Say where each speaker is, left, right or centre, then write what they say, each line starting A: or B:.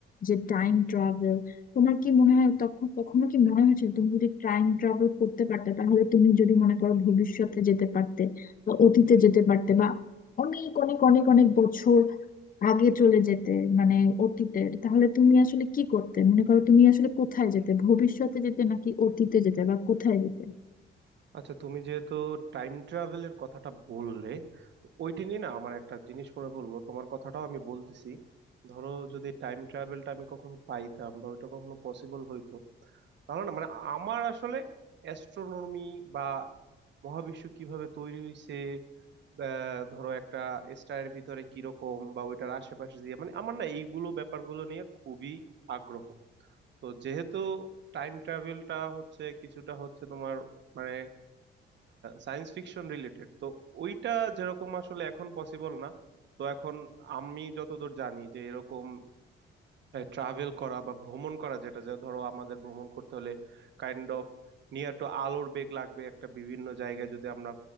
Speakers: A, on the left; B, on the right.
A: যে টাইম ট্রাভেল তোমার কি মনে হয় তখন কখনো কি মনে হয়েছে তুমি যদি টাইম ট্রাভেল করতে পারতে তাহলে তুমি যদি মনে করো ভবিষ্যতে যেতে পারতে বা অতীতে যেতে পারতে বা অনেক অনেক অনেক অনেক বছর আগে চলে যেতে মানে অতীতে তাহলে তুমি আসলে কি করতে মনে করো তুমি আসলে কোথায় যেতে ভবিষ্যতে যেতে নাকি অতীতে যেতে বা কোথায় যেতে
B: আচ্ছা তুমি যেহেতু টাইম ট্রাভেলের কথাটা বললে তো ওইটা নিয়ে না আমার একটা জিনিস মনে পড়লো তোমার কথাটাও আমি বলতেছি ধরো যদি টাইম ট্রাভেলটা আমি কখনো পাইতাম বা ওইটা কখনো পসিবল হইতো তাহলে না মানে আমার আসলে অ্যাস্ট্রোনমি বা মহাবিশ্ব কিভাবে তৈরি হয়েছে আহ, ধরো একটা স্টারের ভিতরে কিরকম বা ওইটার আশেপাশে দিয়ে মানে আমার না এইগুলো ব্যাপারগুলো নিয়ে খুবই আগ্রহ তো যেহেতু টাইম ট্রাভেলটা হচ্ছে কিছুটা হচ্ছে তোমার মানে সায়েন্স ফিকশন রিলেটেড তো ওইটা যেরকম আসলে এখন পসিবল না তো এখন আমি যতদূর জানি যে এরকম ট্রাভেল করা বা ভ্রমণ করা যেটা যা ধরো আমাদের ভ্রমণ করতে হলে কাইন্ড অফ নিয়ার টু আলোর বেগ লাগবে একটা বিভিন্ন জায়গায় যদি আমরা